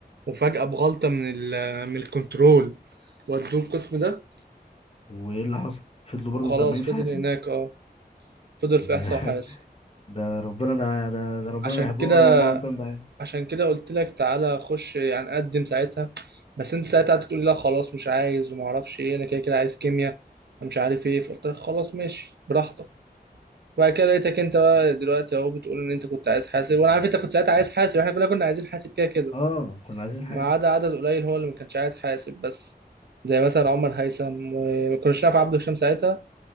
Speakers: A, on the right (about 80°); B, on the left (about 35°).
A: وفجاه بغلطه من ال من الكنترول ودوه القسم ده
B: وايه اللي حصل فضلوا
A: وخلاص
B: برضه مكملين
A: فضل
B: في حياتي
A: هناك اه فضل في
B: دي
A: احصاء
B: <laughs>
A: وحاسب
B: ده ربنا ده ده, ده ربنا
A: عشان
B: بيحبهم
A: كده
B: او ما انت مضايق
A: عشان كده قلت لك تعالى خش يعني قدم ساعتها بس انت ساعتها قعدت تقول لي لا خلاص مش عايز وما اعرفش ايه انا كده كده عايز كيمياء انا مش عارف ايه فقلت لك خلاص ماشي براحتك وبعد كده لقيتك انت بقى دلوقتي اهو بتقول ان انت كنت عايز حاسب وانا عارف انت كنت ساعتها عايز حاسب احنا كلنا كنا عايزين حاسب كده كده
B: اه كنا عايزين حاسب
A: ما عدا عدد قليل هو اللي ما كانش عايز حاسب بس زي مثلا عمر هيثم وما كناش نعرف عبده هشام ساعتها